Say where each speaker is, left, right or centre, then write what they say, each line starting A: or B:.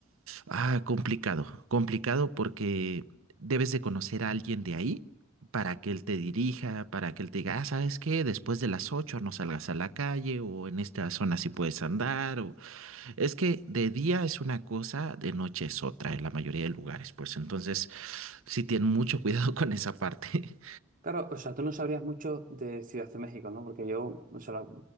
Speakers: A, on the right (about 65°); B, on the right (about 35°).
A: ah, complicado, complicado porque debes de conocer a alguien de ahí para que él te dirija, para que él te diga, ah, ¿sabes qué? Después de las 8 no salgas a la calle o en esta zona sí puedes andar. O... Es que de día es una cosa, de noche es otra en la mayoría de lugares, pues entonces sí tienen mucho cuidado <laughs> con esa parte.
B: Claro, o sea, tú no sabrías mucho de Ciudad de México, ¿no? Porque yo, o sea, la-